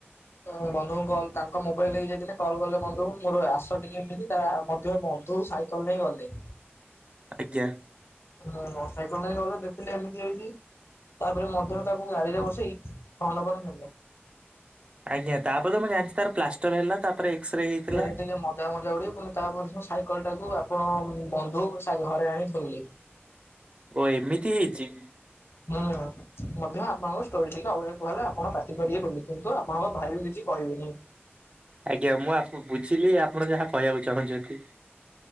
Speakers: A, on the left; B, on the right.
A: ତ ବନ୍ଧୁଙ୍କୁ କଲ ତାଙ୍କ ମୋବାଇଲି ନେଇକି ଯାଇଥିଲେ କଲ୍ କଲେ ବନ୍ଧୁ ଙ୍କୁ ମୁଁ କହିଲି ଆସ ଟିକେ ଏମିତି। ତା ମଧ୍ୟ ବନ୍ଧୁ ସାଇକେଲ ନେଇ ଗଲେ।
B: ଆଜ୍ଞା।
A: ହଁ ହଁ ସାଇକେଲରେ ଗଲେ ଦେଖିଲେ ଏମିତି ହେଇଛି। ତାପରେ ମଧ୍ୟ ତାକୁ ଗାଡିରେ ବସେଇ ଫୋନ ନମ୍ବର ନେଲେ।
B: ଆଜ୍ଞା ତାପରେ ତ ମୁଁ ଜାଣିଛ ତାର ପ୍ଲାଷ୍ଟର ହେଲା ତାପରେ ଏକ୍ସରେ ହେଇଥିଲା।
A: ଫେରେଇ ଦେଲେ ମ ଯାହା ମଜା ଉଡେଇ ଫୁଣି ତା ପର ଦିନ ସାଇକଲଟାକୁ ଆପଣ ବନ୍ଧ ଉପରେ ସା ତା ଘରେ ଆଣି ଥୋଇଲେ।
B: ଓ ଏମିତି ହେଇଛି।
A: ଉ ଆ। ମଧ୍ୟ ଆପଣଙ୍କ ଷ୍ଟୋରରେ ଟିକେ ଅଭିଭେକ ହେଲା ଆପଣ ପାଟି କରିବେ ବୋଲି କିନ୍ତୁ ଆପଣଙ୍କ ଭାଇ ଙ୍କୁ କିଛି କହିବେନି।
B: ଆଜ୍ଞା ମୁଁ ଆପ ବୁଝିଲି ଆପଣ ଯାହା କହିବାକୁ ଚାହୁଁଛନ୍ତି।